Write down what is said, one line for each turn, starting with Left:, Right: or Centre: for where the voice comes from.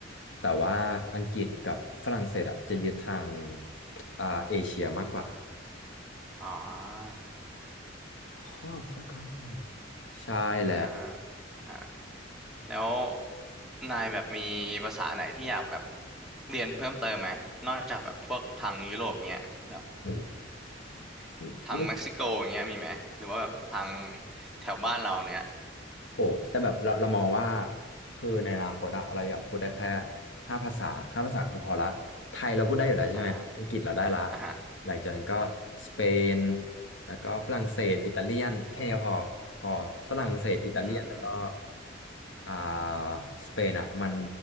Left: แต่ว่าอังกฤษกับฝรั่งเศสอะจะยึดทางอ่าเอเชียมากกว่า
Centre: อ๋อ
Left: ข้อ fuck off ใช่แหละ
Centre: อ่าอ่าฮะแล้วนายแบบมีภาษาไหนที่อยากแบบเรียนเพิ่มเติมไหมนอกจากแบบพวกทางยุโรปเงี้ยแบบ
Left: อืม
Centre: ทางเม็กซิโกเงี้ยมีไหมหรือว่าแบบทางแถวบ้านเราเนี้ย
Left: โหแต่แบบเราเรามองว่าคือในอนาคตอะเราอยากพูดได้แค่ห้าภาษาห้าภาษาคือพอละไทยเราพูดได้อยู่แล้วใช่ไหมอังกฤษเราได้ละ
Centre: อ่าฮะอ่าฮะ
Left: หลังจากนั้นก็สเปนแล้วก็ฝรั่งเศสอิตาเลียนแค่เนี้ยพอพอฝรั่งเศสอิตาเลียนแล้วก็
Centre: อืม
Left: อ่าสเปนอะมัน